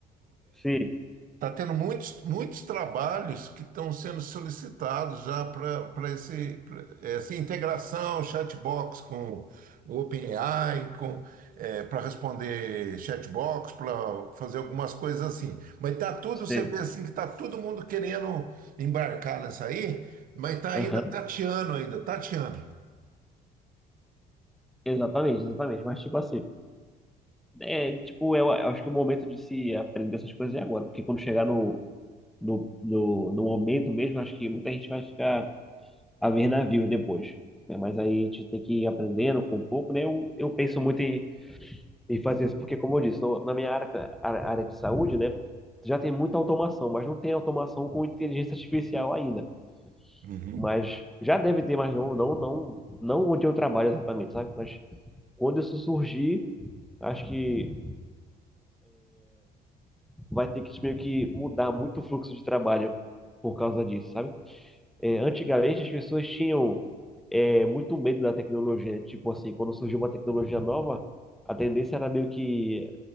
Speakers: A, in the centre; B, on the right.
A: sim,
B: Está tendo muitos, muitos trabalhos que estão sendo solicitados já para esse, pra essa integração chatbox com o OpenAI, com, para responder chatbox, para fazer algumas coisas assim. Mas tá tudo,
A: sim.
B: você vê assim que tá todo mundo querendo embarcar nessa aí, mas tá ainda
A: Aham.
B: tateando ainda, tateando.
A: Exatamente, exatamente. Mas, tipo assim, é, tipo, eu acho que é o momento de se aprender essas coisas é agora. Porque quando chegar no, no, no, no momento mesmo, acho que muita gente vai ficar haver navios depois. né? Mas aí a gente tem que ir aprendendo com um pouco, né? Eu, eu penso muito em, em fazer isso, porque, como eu disse, no- na minha área, área área de saúde, né? Já tem muita automação, mas não tem automação com inteligência artificial ainda.
B: Uhum.
A: Mas já deve ter, mas não, não, não, não onde eu trabalho exatamente, sabe? Mas quando isso surgir, acho que vai ter que meio que mudar muito o fluxo de trabalho por causa disso, sabe? É, antigamente as pessoas tinham é, muito medo da tecnologia. né? Tipo assim, quando surgiu uma tecnologia nova, a tendência era meio que